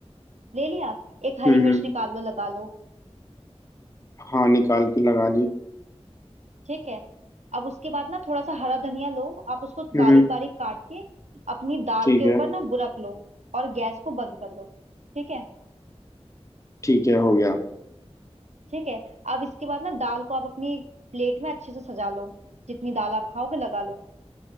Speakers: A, on the right; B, on the left.
A: ले लिया एक हरी
B: हम्म हम्म
A: मिर्च निकाल लो लगा लो
B: हाँ निकाल के लगा ली
A: ठीक है अब उसके बाद ना थोड़ा सा हरा धनिया लो आप उसको
B: हम्म
A: बारीक
B: हम्म
A: बारीक काट के अपनी दाल
B: ठीक
A: के
B: है
A: ऊपर ना बुरक लो और गैस को बंद कर दो ठीक है
B: ठीक है हो गया
A: ठीक है अब इसके बाद ना दाल को आप अपनी प्लेट में अच्छे से सजा लो जितनी दाल आप खाओगे लगा लो